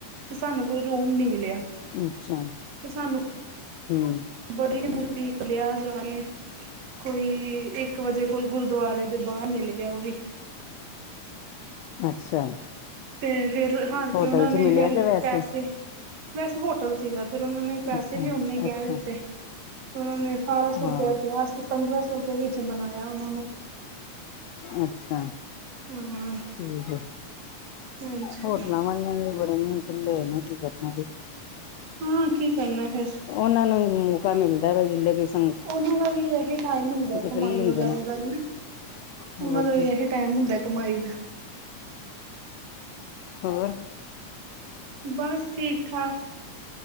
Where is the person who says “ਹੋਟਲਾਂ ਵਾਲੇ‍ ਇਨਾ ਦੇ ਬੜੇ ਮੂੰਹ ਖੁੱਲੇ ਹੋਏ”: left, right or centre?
Left